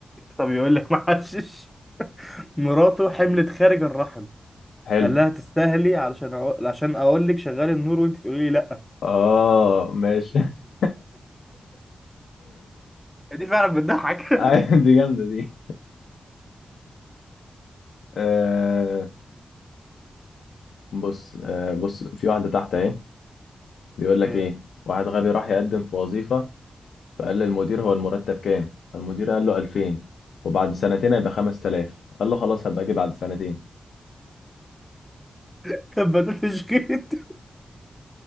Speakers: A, in the centre; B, on the left (about 85°).
A: طب يقول لك محشش <laughs> مراته حملت خارج الرحم
B: <laughs> حلو
A: قال لها تستاهلي علشان أقول... عشان اقول لك شغال النور وانت تقولي لي لا
B: اه ماشي <laughs>
A: دي فعلا بتضحك <laughs>
B: ايوه دي جامدة دي آه، بص آه بص في واحدة تحت اهي بيقول لك
A: هي
B: ايه واحد غبي راح يقدم في وظيفة فقال للمدير هو المرتب كام المدير قال له 2000 وبعد سنتين هيبقى 5000 قال له خلاص هبقى اجي بعد سنتين
A: كبتت شكيت